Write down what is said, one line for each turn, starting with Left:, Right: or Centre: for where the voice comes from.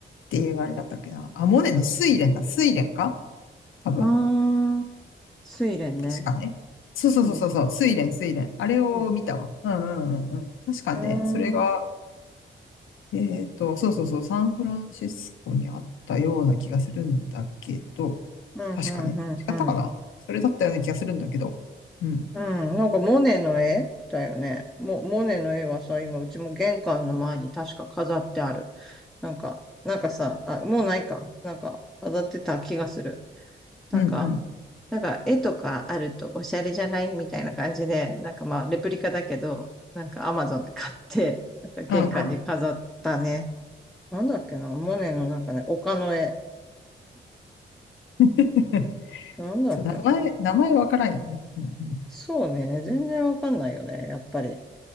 Left: ていうあれだったっけな。あ、モネの睡蓮だ。睡蓮か多分。
Centre: ああー、睡蓮ね。
Left: 確かね。そうそうそうそうそう。
Centre: うん。
Left: 睡蓮、睡蓮。あれを見たわ。
Centre: うん。
Left: うんうんうんうん。確かね、
Centre: うー
Left: それが、
Centre: ん。
Left: えっと、そうそうそう、サンフランシスコにあったような気がするんだけど、
Centre: うん、
Left: 確かね。
Centre: うん、うん、
Left: 違ったかなそれだったような気がするんだけど。
Centre: うん。
Left: うん。
Centre: うん、なんかモネの絵だよね。も、モネの絵はさ、今うちも玄関の前に確か飾ってある。なんか、なんかさ、あ、もうないか。なんか飾ってた気がする。なんか、
Left: うんうん。
Centre: なんか絵とかあるとおしゃれじゃないみたいな感じで、なんかまあレプリカだけど、なんかアマゾンで買って、なんか玄関に飾ったね。
Left: うんうん。
Centre: なんだっけな、モネのなんかね、丘の絵。
Left: <laughs>
Centre: なんだっけな。
Left: そう、名前、名前わからんよね。うんうん。
Centre: そうね、全然わかんないよね、やっぱり。